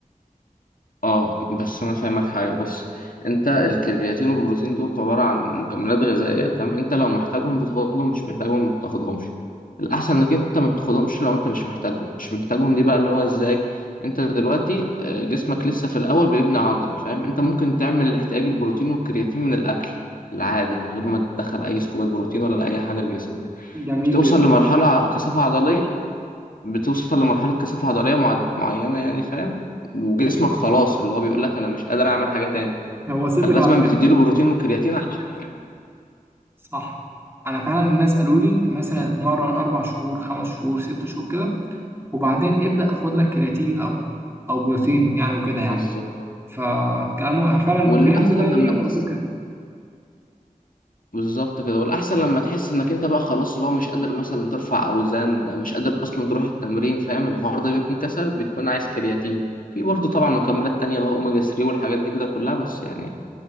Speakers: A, on the left; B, on the right.
A: اه بس انا فاهمك حاجه بص انت الكرياتين والبروتين دول عباره عن مكملات غذائيه تمام انت لو محتاجهم بتاخدهم مش محتاجهم ما بتاخدهمش الاحسن انك انت ما بتاخدهمش لو انت مش محتاجهم مش محتاجهم دي بقى اللي هو ازاي انت دلوقتي آه، جسمك لسه في الاول بيبني عضل فاهم انت ممكن تعمل احتياج البروتين والكرياتين من الاكل العادي من غير ما تدخل اي سكوبات بروتين ولا اي حاجه لجسمك
B: جميل
A: بتوصل
B: جدا
A: لمرحله كثافه عضليه بتوصل لمرحلة كثافة عضلية مع- معينة يعني فاهم وجسمك خلاص اللي هو بيقول لك أنا مش قادر أعمل حاجة تاني
B: هو ثبت
A: فلازم
B: على
A: بتديله بروتين وكرياتين عشان
B: صح انا فعلا الناس قالوا لي مثلا
A: فاهم
B: اتمرن اربع شهور خمس شهور ست شهور كده وبعدين ابدا خد لك كرياتين او او بروتين يعني وكده يعني
A: بالظبط
B: فكلامه انا فعلا
A: والأحسن
B: فهمت بقى
A: لما
B: ليه هما
A: تحس
B: بيقولوا كده
A: بالظبط كده والأحسن لما تحس إنك أنت بقى خلاص اللي هو مش قادر مثلا ترفع أوزان مش قادر أصلا تروح التمرين فاهم الحوار ده بيكون كسر بتكون عايز كرياتين في برضه طبعا مكملات تانية بقى أوميجا 3 والحاجات دي كده كلها بس يعني